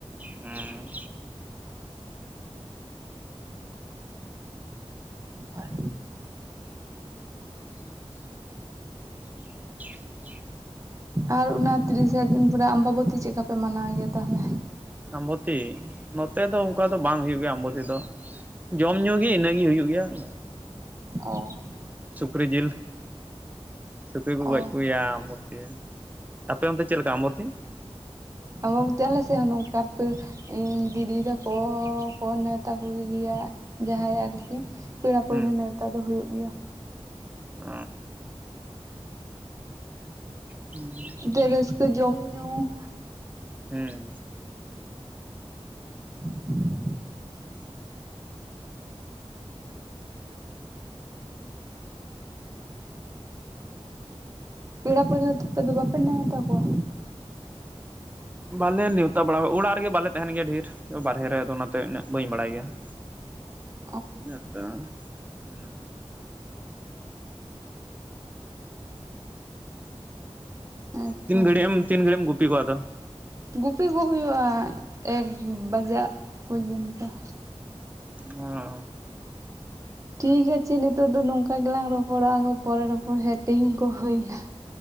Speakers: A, on the right; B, on the right.
A: ᱦᱚᱸ
B: ᱟᱨ
A: <inaudible> <inaudible>
B: ᱟᱨ ᱚᱱᱟ ᱛᱤᱨᱤᱥᱥᱟ ᱡᱩᱱ ᱯᱚᱨᱮ ᱟᱢᱵᱟᱵᱚᱛᱤ ᱪᱮᱫᱠᱟ ᱯᱮ ᱢᱟᱱᱟᱣ ᱜᱮᱭᱟ ᱛᱟᱦᱚᱞᱮ?
A: ᱟᱢᱵᱚᱛᱤ ᱱᱚᱛᱮ ᱫᱚ ᱚᱱᱠᱟ ᱫᱚ ᱵᱟᱝ ᱦᱩᱭᱩᱜ ᱜᱮᱭᱟ ᱟᱢᱵᱚᱛᱤ ᱫᱚ ᱾ ᱡᱚᱢ ᱧᱩ ᱜᱤ ᱤᱱᱟᱹᱜᱤ ᱦᱩᱭᱩᱜ ᱜᱮᱭᱟ ᱾
B: ᱚ ᱾
A: ᱥᱩᱠᱨᱤ ᱡᱤᱞ, ᱥᱩᱠᱨᱤ ᱠᱚ
B: ᱚ
A: ᱜᱚᱡ ᱠᱚᱜᱮᱭᱟ <unintelligible> ᱟᱯᱮ ᱚᱱᱛᱮ ᱪᱮᱫ ᱞᱮᱠᱟ ᱟᱢᱵᱚᱛᱤ?
B: ᱟᱢᱵᱟᱵᱚᱛᱤ ᱟᱞᱮ ᱥᱮᱜ ᱦᱚᱸ ᱱᱚᱝᱠᱟ ᱯᱟᱹ ᱤᱧ ᱫᱤᱫᱤ ᱛᱟᱠᱚ ᱠᱚ ᱱᱮᱶᱛᱟ ᱠᱚ ᱜᱮ ᱜᱮᱭᱟ ᱡᱟᱦᱟᱸᱭ ᱟᱨᱠᱤ ᱯᱮᱲᱟ ᱯᱟᱹᱲᱦᱟᱹ
A: ᱦᱩᱸ
B: ᱱᱮᱣᱛᱟ ᱫᱚ ᱦᱩᱭᱩᱜ ᱜᱮᱭᱟ ᱾
A: ᱚ <inaudible> ᱦᱩᱸ ᱾
B: ᱛᱮ ᱨᱟᱹᱥᱠᱟᱹ ᱡᱚᱢ ᱧᱩ ᱾
A: ᱦᱮᱸ ᱾
B: <inaudible>
A: ᱩᱸ ᱾
B: ᱯᱮᱲᱟ ᱯᱟᱹᱲᱦᱟᱹ ᱛᱟᱯᱮ ᱫᱚ ᱵᱟᱯᱮ ᱱᱮᱶᱛᱟ ᱠᱚᱣᱟ?
A: ᱵᱟᱞᱮ ᱱᱮᱶᱛᱟ ᱵᱟᱲᱟ ᱚᱲᱟᱜ ᱨᱮᱜᱮ ᱵᱟᱞᱮ ᱛᱟᱦᱮᱱ ᱜᱮᱭᱟ ᱰᱷᱮᱨ ᱵᱟᱨᱦᱮ ᱨᱮ, ᱟᱫᱚ ᱚᱱᱟᱛᱮ ᱤᱱᱟᱹᱜ ᱵᱟᱹᱧ ᱵᱟᱲᱟᱭ ᱜᱮᱭᱟ ᱾
B: <inaudible>
A: <unintelligible>
B: ᱦᱮᱸᱛᱚ
A: ᱛᱤᱱ ᱜᱷᱟᱹᱲᱤᱡ ᱮᱢ, ᱛᱤᱱ ᱜᱷᱟᱹᱲᱤᱡ ᱮᱢ ᱜᱩᱯᱤ ᱠᱚᱣᱟ ᱟᱫᱚ?
B: ᱜᱩᱯᱤ ᱠᱚ ᱦᱩᱭᱩᱜᱼᱟ ᱮᱠ ᱵᱟᱡᱟᱜ ᱯᱳᱡᱚᱱᱛᱚ ᱾
A: ᱚ ᱾
B: ᱴᱷᱤᱠ ᱟᱪᱷᱮ ᱱᱮᱛᱚᱜ ᱫᱚ ᱱᱚᱝᱠᱟ ᱜᱮᱞᱟᱝ ᱨᱚᱯᱚᱲᱟ ᱟᱨᱦᱚᱸ ᱯᱚᱨᱮ ᱨᱚᱯᱚᱲ ᱦᱳᱭᱳᱜ-ᱟ ᱴᱟᱹᱭᱤᱢ ᱠᱚ ᱦᱳᱭ ᱱᱟ ᱾